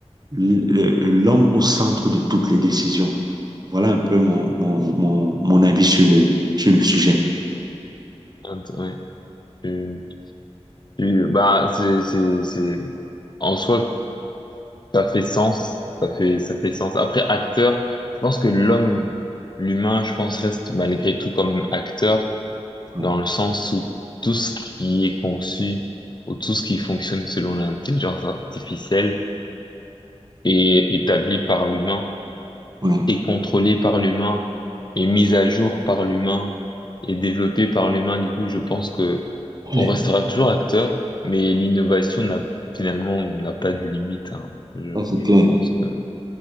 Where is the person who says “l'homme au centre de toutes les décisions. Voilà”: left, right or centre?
Right